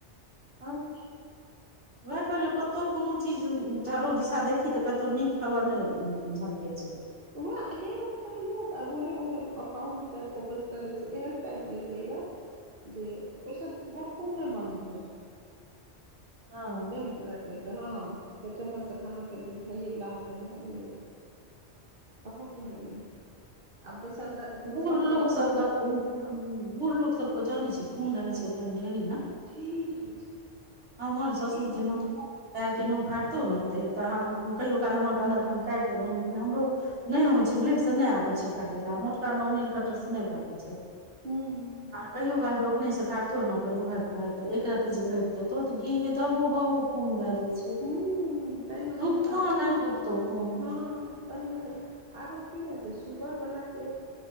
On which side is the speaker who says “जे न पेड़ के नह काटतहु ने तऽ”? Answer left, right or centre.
Right